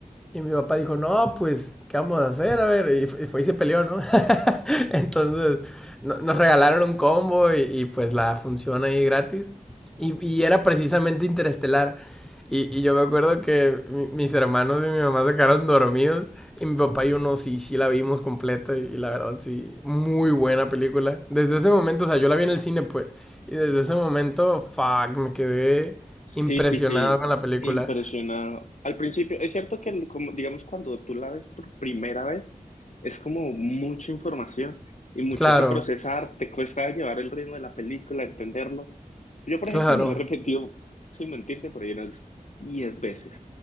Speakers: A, in the centre; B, on the left.
A: y mi papá dijo, no, pues, ¿qué vamos a hacer? A ver, y, fu- y fue- y se peleó, ¿no? <laughs> Entonces no- nos regalaron un combo y, y, pues la función ahí gratis. Y, y era precisamente Interestelar. Y, y yo me acuerdo que mi- mis hermanos y mi mamá se quedaron dormidos. Y mi papá y yo no, sí, sí la vimos completa. Y, y la verdad, sí, muy buena película. Desde ese momento, o sea, yo la vi en el cine, pues. Y desde ese momento, fuck, me quedé
B: Sí,
A: impresionado
B: sí, sí.
A: con la película.
B: Impresionado. Al principio, es cierto que, el- como, digamos, cuando tú la ves por primera vez, es como mucha información y mucho
A: Claro,
B: que procesar. Te cuesta llevar el ritmo de la película, entenderlo. Yo, por
A: claro.
B: ejemplo, me lo he repetido, sin mentirte, por ahí unas 10 veces,